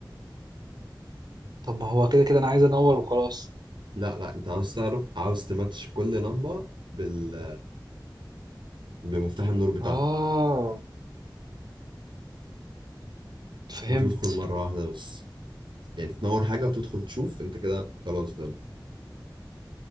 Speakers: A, on the right; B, on the right.
A: طب ما هو كده كده انا عايز انور وخلاص
B: لا لا انت عاوز تعرف عاوز تماتش كل لمبة بال... بمفتاح النور بتاعها
A: اه فهمت
B: وتدخل مرة واحدة بس يعني تنور حاجة وتدخل تشوف انت كده خلاص ده